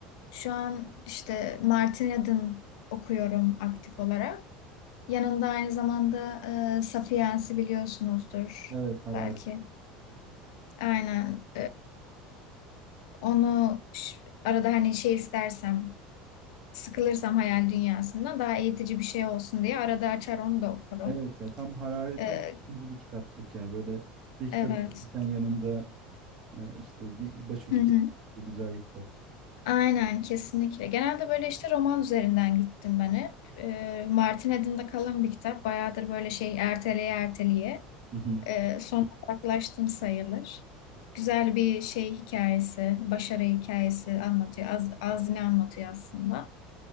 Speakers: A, on the left; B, on the right.
A: şu an işte Martin Eden okuyorum aktif olarak. Yanında aynı zamanda e, Sapiens'i biliyorsunuzdur
B: Evet Harari.
A: belki. Aynen. Onu ş- arada hani şey istersem, sıkılırsam hayal dünyasından daha eğitici bir şey olsun diye arada açar onu da okurum.
B: Evet ya tam Harari tam
A: Ee,
B: ikinci bir kitaplık ya. Böyle bir kitap
A: evet.
B: okurken yanında e, işte ge- başucu
A: Hı hı.
B: kitap. Güzel bir kitap.
A: Aynen kesinlikle. Genelde böyle işte roman üzerinden gittim ben hep. Ee, Martin Eden'de kalın bir kitap. Bayağıdır böyle şey erteleye erteleye.
B: Hı hı,
A: Ee, son uzaklaştım sayılır. Güzel bir şey hikayesi, başarı hikayesi anlatıyor. Az, azmi anlatıyor aslında.